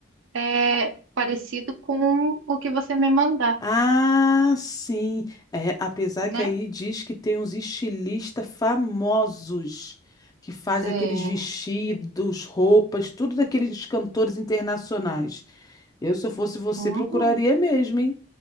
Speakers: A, on the right (about 65°); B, on the left (about 15°).
A: é parecido com o que você me mandar,
B: Ah, sim. É, apesar
A: né?
B: que aí diz que tem uns estilistas famosos que fazem
A: Tem.
B: aqueles vestidos, roupas, tudo daqueles cantores internacionais. Eu, se eu fosse você,
A: Uhum,
B: procuraria mesmo, hein?